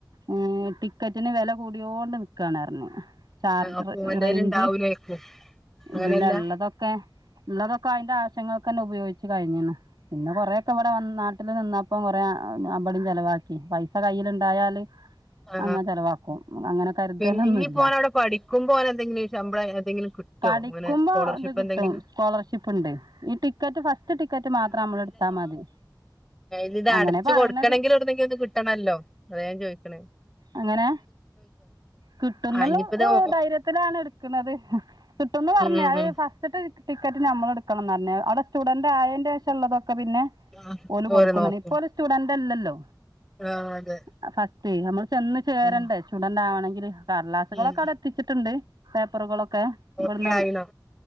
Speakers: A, on the right; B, in the centre.
A: മ്മ് ടിക്കറ്റിന് വെല കൂടിയോണ്ട് നിക്കാണാർഞ്ഞ് ചാർജ്
B: ആ, അപ്പൊ ഓന്റെല്
A: റേഞ്ച്
B: ഇണ്ടാവൂലേക്കും അങ്ങനെയല്ല
A: ഇല്ല ഇള്ളതൊക്കെ ഇള്ളതൊക്കെ അയ്ന്റെ ആവശ്യങ്ങക്കെന്നെ ഉപയോഗിച്ച് കഴിഞ്ഞെണ്ണ് പിന്നെ കൊറേക്കെ ഇവിടെ വന്നാ ട്ടില് നിന്നപ്പം കൊറേ ബടിം ചെലവാക്കി പൈസ കയ്യില്ണ്ടായാല്
B: ആ
A: അങ്ങനെ ചെലവാക്കും അങ്ങനെ കരുതലൊന്നുല്ല
B: പിന്നെ ഇഞ്ഞിപ്പോനവിടെ പഠിക്കുമ്പോനെന്തെങ്കിലും ശമ്പളം എന്തെങ്കിലും കിട്ടോ
A: പഠിക്കുമ്പോ
B: അങ്ങനെ സ്കോളർഷിപ്പ്
A: ഇത് കിട്ടും
B: എന്തെങ്കിലും
A: സ്കോളർഷിപ്പ്ണ്ട് ഈ ടിക്കറ്റ് ഫസ്റ്റ് റ്റ് ടിക്കറ്റ് മാത്രം നമ്മളെടുത്താൽ മതി
B: ആയിനിത്
A: അങ്ങനെ
B: അടച്ചു
A: പറയ്ണത്
B: കൊടുക്കണെങ്കില് യവ്ട്ട്ന്നെങ്കിലും ഇത് കിട്ടണല്ലോ അത ഞാൻ ചോയ്ക്ക്ണെ
A: അങ്ങനെ കിട്ടുന്നുള്ള
B: ആ ഇനിയിപ്പത്
A: ഹ്
B: ഉം
A: ധൈര്യത്തിലാണ് എടുക്കുന്നത് കിട്ടുംന്ന് പറഞ്ഞ്
B: ഉം
A: അത്
B: ഉം.
A: ഫസ്റ്റ്ത്തെ ടിക്കറ്റ് നമ്മള് എടുക്കണംന്ന് പറഞ്ഞ് അവിടെ സ്റ്റുഡന്റായേന്റേഷം ള്ളതൊക്കെ ക്ക പിന്നെ
B: ആഹ്
A: ഓല് കൊടുക്കുംന്ന്
B: ഓര് നോക്കും
A: പറഞ്ഞ് ഇപ്പോ ഒരു സ്റ്റുഡന്റ് ല്ലല്ലോ
B: ആഹ് അതെ
A: ആ ഫസ്റ്റെയ്‌ നമ്മൾ ചെന്ന് ചേരണ്ടേ
B: ഉം
A: സ്റ്റുഡന്റ് ആവാണെങ്കില് കടലാസുകളൊക്കെ
B: ഉം
A: അവടടെ എത്തിച്ചിട്ടുണ്ട് പേപ്പറുകളൊക്കെ ഇവിടുന്ന്
B: ക്യായിനോ